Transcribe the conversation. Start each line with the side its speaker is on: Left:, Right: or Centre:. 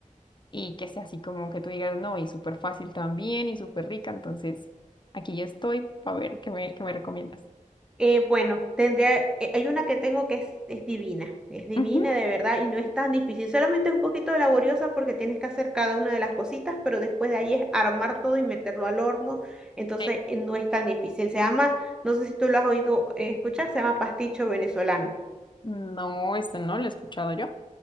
Left: y que sea así como que tú digas, no, y súper fácil también y súper rica. Entonces, aquí yo estoy para ver qué me, qué me recomiendas.
Centre: Eh, bueno, tendría, eh, hay una que tengo que es, es divina, es divina
Left: Ujú.
Centre: de verdad y no es tan difícil, solamente es un poquito laboriosa porque tienes que hacer cada una de las cositas, pero después de ahí es armar todo y meterlo al horno, entonces
Left: Eh,
Centre: eh, no es tan difícil. Se llama, no sé si tú lo has oído eh, escuchar, se llama pasticho venezolano.
Left: No, este no lo he escuchado yo.